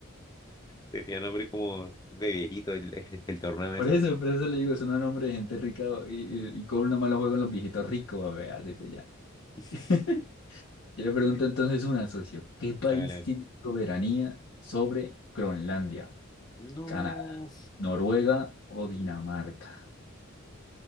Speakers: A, on the left; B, on the left.
A: Tenía nombre como de viejito el, el, el torneo ese.
B: Por eso, por eso le digo, suena un nombre de gente rica y, y, y golf nada más lo juegan los viejitos ricos, a ver, así que ya.
A: <laughs>
B: <laughs> Yo le pregunto entonces una, socio, ¿qué país
A: Hágale.
B: tiene soberanía sobre Groenlandia?
A: No.
B: Canadá, Noruega o Dinamarca.